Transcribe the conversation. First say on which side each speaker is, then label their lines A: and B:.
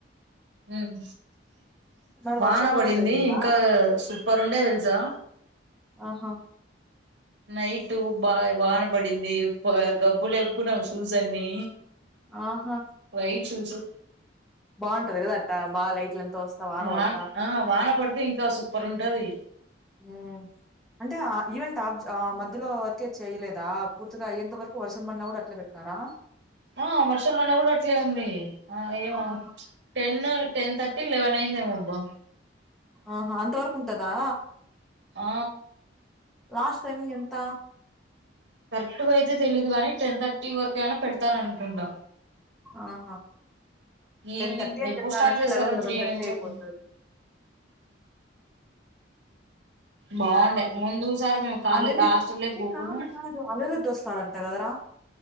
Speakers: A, on the right; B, in the centre.
A: ఉమ్
B: మరి
A: వాన
B: వర్షంలోనే
A: బడింది
B: జరిగిందా?
A: ఇంకా సు సూపర్ ఉండే తెలుసా
B: ఆహా
A: నైట్ బా వాన పడింది గబ్బు లేప్పుకున్నాం షూస్ అన్ని
B: ఆహా!
A: వైట్ షూస్
B: బావుంటది గదా! అట్టా బాగా లైట్లంతా వస్తా
A: వాన
B: పడతా.
A: ఆ వాన పడితే ఇంకా సు పర్ ఉంటాది
B: ఉ అంటే ఆ ఈవెంట్బ్ ఆ మధ్యలో వరకే చేయలేదా పూర్తిగా అయ్యేంత వరకు వర్షం పడిన కూడా అట్లే పెట్టిన రా
A: ఆ వర్షం అన్నా కూడా అట్లే ఉంది ఆ ఏమ
B: ఆహా!
A: టెన్ టెన్ థర్టీ ట్టి లీవెన్ అయిందేమో అబ్బా
B: ఆహా అంత వరకు ఉంటదా
A: ఆ
B: లాస్ట్ టైమింగ్ ఎంత
A: కరెక్ట్గా అయితే తెలీదు గానీ టెన్ థర్టీ వరకు అయినా పెడతారూ అంటుంటా
B: ఆహా
A: ఈవినింగ్
B: టెన్ థర్టీ అని
A: ఎప్పుడు
B: చెప్పారంటే
A: స్టార్ట్ చేశారు
B: లెవెన్ లెవెన్
A: త్రీ
B: థర్టీ
A: నుంచి
B: అయిపోతది
A: అట్లా బాగుండే ముందు సారి మేము కాలే
B: అనిరిద్
A: హాస్టల్లోకి
B: ఏ
A: పోకుండా
B: కాదు కాదు అనిరుద్ వస్తాడంట గదరా